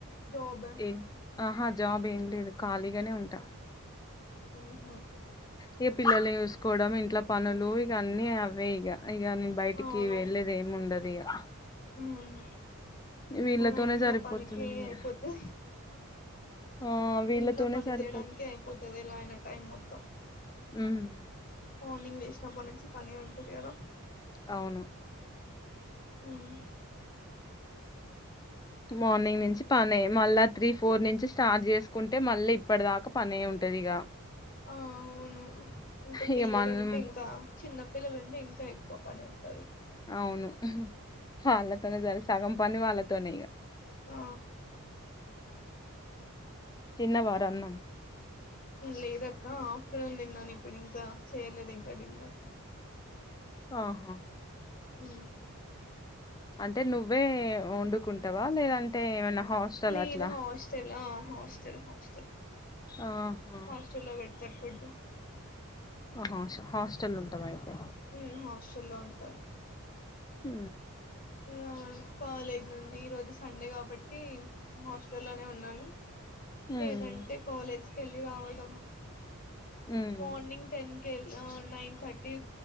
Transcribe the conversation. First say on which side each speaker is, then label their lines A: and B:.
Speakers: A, on the left; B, on the left.
A: జాబ్
B: ఏ ఆహా జాబ్ ఏం లేదు ఖాళీగానే ఉంటా
A: ఉమ్ హ్మ్
B: ఇగ పిల్లల్ని చూసుకోవడం ఇంట్లో పనులు ఇగ అన్నీ అవే ఇగ ఇగ నేను బయటికి
A: అవును
B: వెళ్ళలేది ఏమి ఉండదు ఇగ
A: మ్మ్.
B: వీళ్ళతోనే
A: అయినా ఇంట్లో
B: సరిపోతుంది
A: పనికి అయిపోతది
B: ఇగ ఆ వీళ్ళతోనే
A: ఇంట్లో పని
B: సరిపోతుంది
A: చేయడానినికిే అయిపోతది ఎలా అయిన టైం మొత్తం
B: ఉమ్
A: మార్నింగ్ లేషినప్పటి నుంచి పనే ఉంటది కాదా
B: అవును
A: మ్మ్.
B: మార్నింగ్ నుంచి పనే మళ్ళా త్రీ ఫోర్ నుంచి స్టార్ట్ చేసుకుంటే మళ్ళీ ఇప్పటి దాకా పనే ఉంటది ఇగ
A: ఆ అవును ఇంకా
B: ఇగ
A: పిల్లలు
B: మనం
A: ఉంటే ఇంకా చిన్న పిల్లలుంటే ఇంకా ఎక్కువ పని ఉంటది
B: అవును వాళ్ళతోనే సరే సగం పని వాళ్ళతోనే ఇగ
A: ఆ
B: తినవురా అన్నం
A: లేదుఅక్క ఆఫ్టర్నూన్ తిన్నాను ఇప్పుడు ఇంకా చేయలేదు ఇంకా డిన్నర్
B: ఆహా
A: హు
B: అంటే నువ్వే వండుకుంటావా లేదంటే ఏమైనా హాస్టల్
A: లేదు
B: అట్లా
A: హాస్టల్ ఆ హాస్టల్ హాస్టల్
B: ఆహా
A: హాస్టల్లో పెడతారు ఫుడ్
B: ఆ హ హాస్టల్ ఉంటావా అయితే
A: ఉమ్ హాస్టల్లో ఉంటారు
B: హ
A: ఇగ కాలేజ్ నుడి ఈ రోజు సండే కాబట్టి హాస్టలోనే ఉన్నాను
B: ఉమ్
A: లేదంటే కాలేజ్ కి వెళ్ళి రావడం
B: ఉమ్
A: morning ten nine thirty